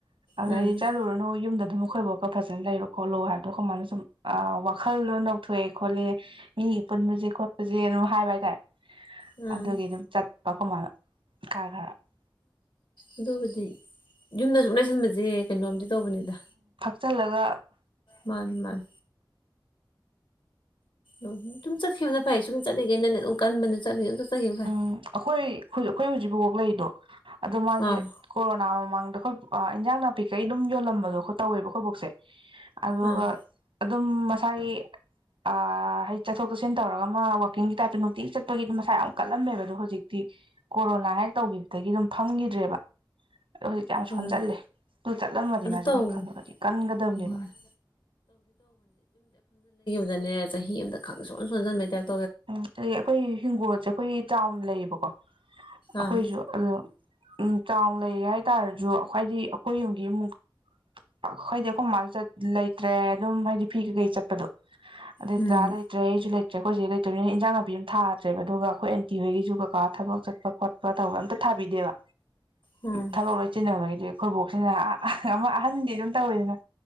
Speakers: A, on the right; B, on the left.
A: ꯑꯗꯥ
B: ꯎꯝ
A: ꯑꯩ ꯆꯠꯂꯨꯔꯅꯨ ꯌꯨꯝꯗ ꯑꯗꯨꯝ ꯑꯈꯣꯏꯕꯣꯛꯀ ꯐꯖꯟ ꯂꯩꯔꯣ ꯈꯣꯠꯂꯣ ꯍꯥꯏꯕꯗꯣ ꯑꯈꯣꯏꯃꯥꯅ ꯁꯨꯝ ꯑ ꯋꯥꯈꯜꯗꯣ ꯅꯧꯊꯣꯛꯑꯦ ꯈꯣꯠꯂꯦ ꯃꯤꯒꯤ ꯄꯨꯟꯕꯁꯦ ꯈꯣꯠꯄꯁꯦ ꯑꯗꯨꯝ ꯍꯥꯏꯕ ꯍꯥꯏꯇꯥꯔꯦ
B: ꯎꯝ
A: ꯑꯗꯨꯒꯤ ꯑꯗꯨꯝ ꯆꯠ ꯑꯈꯨꯃꯥꯅ ꯀꯥꫪ ꯈꯔ <unintelligible>
B: ꯑꯗꯨꯕꯨꯗꯤ ꯌꯨꯝꯗ ꯁꯨꯝ ꯂꯩꯁꯟꯕꯁꯦ ꯖꯦ ꯀꯩꯅꯣꯝꯗꯤ ꯇꯧꯕꯅꯤꯗ
A: ꯆꯜꯂꯒ
B: ꯃꯥꯟꯅꯤ ꯃꯥꯥꯟ ꯑꯗꯨꯝ ꯁꯨꯝ ꯆꯠꯈꯤꯕꯅ ꯐꯩ ꯁꯨꯝ ꯆꯠꯂꯤꯒꯩꯅꯅꯦ ꯑꯗꯨꯝ ꯀꯟꯕꯅꯦ ꯆꯠꯂꯤ ꯆꯠꯆꯈꯤꯕ ꯐꯩ
A: ꯎꯝ ꯑꯩꯈꯣꯏ ꯑꯩꯈꯣꯏ ꯍꯧꯖꯤꯛꯕꯣꯕꯣꯛ ꯂꯩꯔꯤꯗꯣ ꯑꯗꯣ ꯃꯥꯖꯦ
B: ꯑꯥ
A: ꯀꯣꯔꯣꯅꯥ ꯃꯃꯥꯡꯗ ꯑꯗ ꯑꯩꯈꯣꯏ ꯏꯟꯖꯥꯡ ꯅꯥꯄꯤ ꯀꯩ ꯑꯗꯨꯝ ꯌꯣꯜꯂꯝꯕꯗꯣ ꯑꯩ ꯇꯧꯋꯦꯕ ꯑꯩꯈꯣꯏ ꯕꯨꯛꯁꯦ ꯑꯗꯨꯒ
B: ꯑꯥ
A: ꯑꯗꯨꯝ ꯃꯁꯥꯒꯤ ꯑ ꯍꯥꯏꯗꯤ ꯆꯠꯊꯣꯛ ꯆꯠꯁꯤꯟ ꯇꯧꯔꯒ ꯑꯃ ꯋꯥꯛꯀꯤꯡꯒꯤ ꯇꯥꯏꯞꯇ ꯅꯨꯡꯇꯤꯒꯤ ꯆꯠꯄꯒꯤꯝ ꯗꯨꯝ ꯃꯁꯥ ꯌꯥꯝ ꯀꯜꯂꯝꯃꯦꯕ ꯑꯗꯣ ꯍꯧꯖꯤꯛꯇꯤ ꯀꯣꯔꯣꯅꯥ ꯍꯦꯛ ꯇꯧꯒꯤꯕꯗꯒꯤ ꯑꯗꯨꯝ ꯐꯝꯒꯤꯗ꯭ꯔꯦꯕ ꯑꯗꯣ ꯍꯧꯖꯤꯛꯇꯤ ꯌꯥꯝ ꯁꯣꯟꯖꯜꯂꯦ
B: ꯑꯥ
A: ꯑꯗꯨ ꯆꯠꯂꯝꯃꯗꯤ
B: ꯑꯗꯨ
A: ꯃꯥꯖꯦ
B: ꯇꯧꯕꯅꯦ
A: ꯈꯒꯗꯤ ꯀꯟꯒꯗꯕꯅꯦꯕ
B: ꯃꯥꯅꯤ ꯗꯅꯦ ꯆꯍꯤ ꯑ ꯑꯃꯗ ꯈꯪ ꯁꯣꯟ ꯁꯣꯟꯖꯟꯕꯩ ꯇꯥꯏꯞꯇꯥꯥꯏ
A: ꯎꯝ ꯑꯗꯒꯤ ꯑꯩꯈꯣꯏ ꯍꯤꯡꯒꯣꯜꯁꯦ ꯑꯩꯈꯣꯏ ꯆꯥꯎꯅ ꯂꯩꯌꯦꯕꯀꯣ ꯑꯩꯈꯣꯏꯁꯨ
B: ꯑꯥ
A: ꯑꯗꯨ ꯎꯝ ꯆꯥꯎ ꯂꯩꯔꯦ ꯍꯥꯏꯇꯥꯔꯁꯨ ꯍꯥꯏꯗꯤ ꯑꯩꯈꯣꯏ ꯌꯨꯝꯒꯤ ꯑꯃꯨꯛ ꯑꯈꯣꯏꯗꯤ ꯑꯩꯈꯣꯏ ꯃꯥꯁꯨ ꯆꯠ ꯂꯩꯇ꯭ꯔꯦ ꯑꯗꯨꯝ ꯍꯥꯏꯗꯤ ꯐꯤ ꯀꯩꯀꯩ ꯆꯠꯄꯗꯣ ꯑꯗ
B: ꯎꯝ
A: ꯗꯥ ꯂꯩꯇꯔ꯭ꯦ ꯑꯩꯖꯨ ꯂꯩ ꯆ ꯈꯣꯏ ꯖꯦꯂꯦ ꯇꯨꯔꯤꯅ ꯏꯟꯖꯥꯡ ꯅꯥꯄꯤ ꯑꯃ ꯊꯥꯗ꯭ꯔꯦꯕ ꯑꯗꯨꯒ ꯑꯩꯈꯣꯏ ꯑꯦꯟꯇꯤ ꯍꯣꯏꯒꯤꯁꯨꯨ ꯀꯀꯥ ꯊꯕꯛ ꯆꯠꯄ ꯈꯣꯠꯄ ꯇꯧꯕ ꯑꯝꯇ ꯊꯥꯕꯤꯗꯦꯕ
B: ꯎꯝ ꯎꯝ
A: ꯊꯕꯛ ꯂꯣꯏ ꯆꯤꯟꯅꯕꯒꯤ ꯑ ꯑꯩꯈꯣꯏꯕꯣꯛꯁꯤꯅ ꯑꯃ ꯑꯍꯟꯗꯤ ꯑꯗꯨꯝ ꯇꯧꯋꯤꯗꯅ